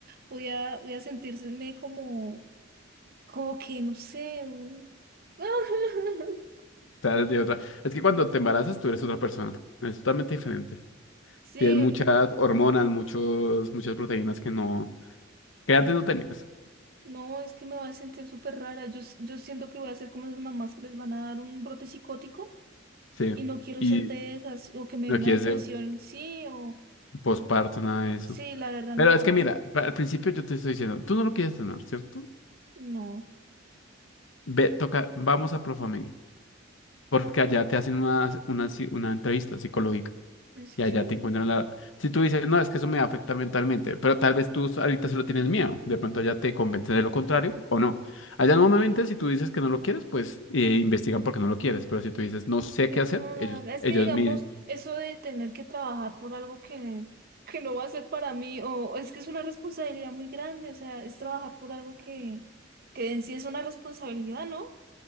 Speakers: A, on the right; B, on the left.
A: voy a, voy a sentirme como, como que, no sé, un... <laughs>
B: tal, de otra. Es que cuando te embarazas tú eres otra persona, es totalmente diferente.
A: Sí,
B: Tienes muchas
A: un-
B: hormonas, muchos, muchas proteínas que no, que antes no tenías.
A: no, es que me voy a sentir súper rara. Yo, s- yo siento que voy a ser como esas mamás que les van a dar un brote psicótico
B: Sí.
A: y no quiero
B: Y
A: ser de esas, o que me
B: no
A: dé una
B: quieres
A: depresión,
B: ser
A: sí, o...
B: posparto, nada de eso.
A: Sí, la verdad
B: Pero
A: no,
B: es que mira, pa- al principio yo te estoy diciendo, tú no lo quieres tener, ¿cierto?
A: no.
B: Ve, toca, vamos a Profamilia, porque allá te hacen una, una, ci- una entrevista psicológica.
A: Sí, sí,
B: y allá
A: sí.
B: te encuentran la... Si tú dices, no, es que eso me va a afectar mentalmente, pero tal vez tú ahorita solo tienes miedo, de pronto ya te convencen de lo contrario o no. Allá normalmente si tú dices que no lo quieres, pues eh, investigan porque no lo quieres, pero si tú dices, no sé
A: Sí,
B: qué
A: no,
B: hacer,
A: la
B: ellos,
A: verdad es
B: ellos
A: que digamos,
B: mismos,
A: eso de tener que trabajar por algo que, que no va a ser para mí, o es que es una responsabilidad muy grande, o sea, es trabajar por algo que, que en sí es una responsabilidad, ¿no?